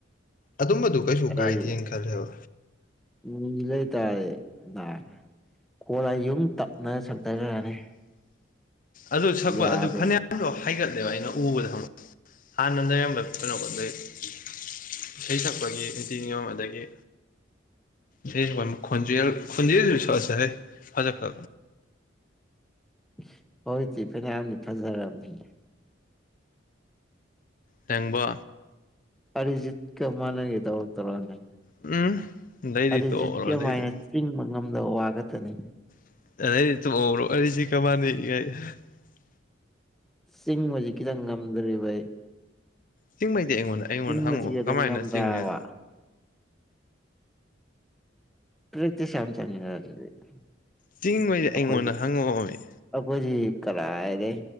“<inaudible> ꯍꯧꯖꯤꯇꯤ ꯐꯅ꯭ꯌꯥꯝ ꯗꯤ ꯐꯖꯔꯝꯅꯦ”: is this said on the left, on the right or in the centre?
Centre